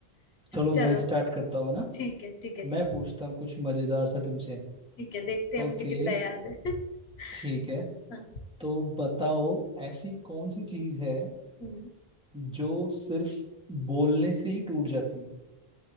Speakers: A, in the centre; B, on the left.
A: चलो
B: चलो
A: मैं स्टार्ट करता हूँ ना
B: ठीक है ठीक है ठीक
A: मैं
B: है
A: पूछता हूँ कुछ मजेदार सा तुमसे
B: ठीक है देखते हैं
A: ओके
B: मुझे कितना याद है <laughs>
A: ठीक है
B: हाँ
A: तो बताओ ऐसी कौन सी चीज है
B: हम्म,
A: जो सिर्फ बोलने से ही टूट जाती है